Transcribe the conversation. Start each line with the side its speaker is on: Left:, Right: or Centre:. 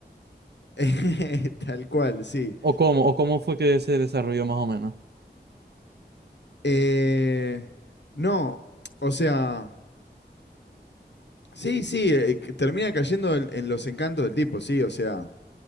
Left: <laughs> Tal cual, sí.
Right: ¿O cómo? ¿O cómo fue que se desarrolló más o menos?
Left: Eh, no, o sea, sí, sí, eh, eh, que termina cayendo en, en los encantos del tipo, sí, o sea,